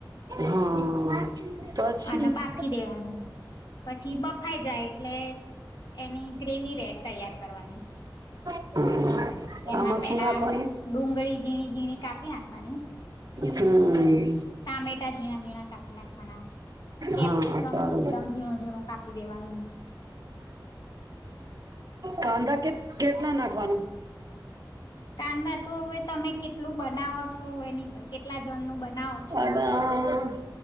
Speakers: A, on the right (about 55°); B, on the left (about 65°).
A: હા પછી
B: અને બાફી દેવાનું પછી બફાઈ જાય એટલે એની ગ્રેવી ર તૈયાર કરવાની
A: <unintelligible> હામાં
B: એમાં
A: સુનાખવાની
B: પેલા ડુંગળી ઝીણી ઝીણી કાપી નાખવાની
A: હમ
B: ટામેટા ઝીણા ઝીણા કાપી નાખવાના કેપ્સિકમ
A: હા સારું.
B: એકદમ ઝીણો ઝીણો કાપી દેવાનું
A: કાંધા કે કેટલા નાખવાનું
B: કાંદા તો હવે તમે કેટલું બનાવો છો એની પર કેટલા જણનું બનાવો છો
A: અલા